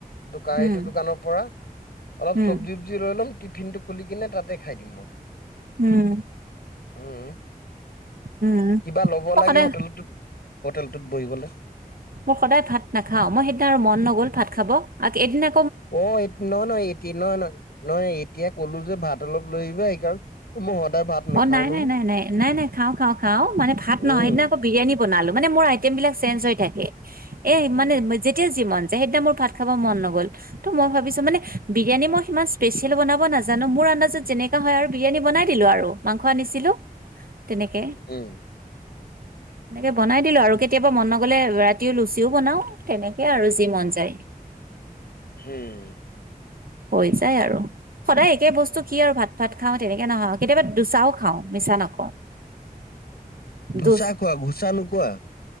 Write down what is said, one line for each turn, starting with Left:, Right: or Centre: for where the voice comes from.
Left: দোকা
Right: উম
Left: এইটো দোকানৰ পৰা অলপ
Right: উম
Left: চবজি <unintelligible> লৈ ল'ম টিফিনটো খুলি কিনে তাতে খাই দিম মই!
Right: উম!
Left: উম
Right: উম
Left: কিবা ল'ব
Right: মই
Left: লাগে
Right: সদায়
Left: হোটেলটোত, হোটেলটোত বহিবলৈ!
Right: মই সদায় ভাত নাখাওঁ, মই সেইদিনা মন নগ'ল ভাত খাব আ এদিনা,
Left: অ', এইট ন নয় এতি ন, <unintelligible> ন! নহয় এতিয়া কলোঁ যে ভাত অলপ লৈ আহিবা, সেইকাৰণ মই সদায় ভাত নাখাও
Right: অ নাই
Left: নহয়
Right: নাই নাই নাই নাই নাই খাওঁ খাওঁ খাওঁ, মানে ভাত নহয়
Left: উম
Right: সেইদিনা আকৌ বিৰিয়ানী বনালো মানে মোৰ, এই বিলাক চেঞ্জ হৈ থাকে, এ
Left: উম
Right: মানে যেতিয়া যি মন যায় সেইদিনা মোৰ ভাত খাব মন নগ'ল। ত মই ভাবিছো মানে বিৰিয়ানী মই সিমান স্পেচিয়েল বনাব নাজানো, মোৰ আন্দাজত যেনেকে, হয় আৰু বিৰিয়ানী বনাই দিলো আৰু, মাংস আনিছিলো তেনেকে।
Left: উম
Right: এনেকৈ বনাই দিলোঁ আৰু কেতিয়াবা মন নগ'লে ৰাতিও লুচিও বনাওঁ। তেনেকৈ আৰু যি মন যায়।
Left: হম।
Right: হৈ যায় আৰু। সদায় একে বস্তু কি আৰু ভাত ভাত খাওঁ তেনেকে নহয় কেতিয়াবা দুচাও, খাওঁ মিছা নকওঁ,
Left: ধোচা
Right: দুষ
Left: খোৱা ঘোচা নোখোৱা